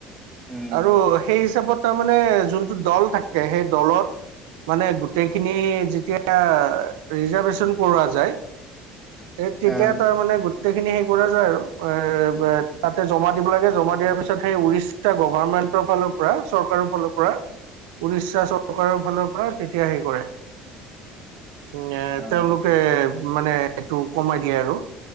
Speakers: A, in the centre; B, on the right (about 80°).
A: উম
B: আৰু সেই হিচাপত তাৰমানে যোনটো দল থাকে সেই দলত মানে গোটেইখিনি যেতিয়া ৰিজাৰভেচন কৰোৱা যায় এই তেতিয়া
A: অ
B: তাৰ মানে গো টেইখিনি হেই কৰা যায় আৰু, এ বে তাতে জমা দিব লাগে জমা দিয়াৰ পিছত সেই উৰিষ তা গভাৰমেণ্টৰ ফালৰ পৰা চৰকাৰৰ ফালৰ পৰা উৰিষ্যা চৰকাৰৰ ফালৰ পৰা তেতিয়া হে কৰে, নে
A: অ
B: তেওঁলো তে মানে এইটো কমাই দিয়ে আৰু।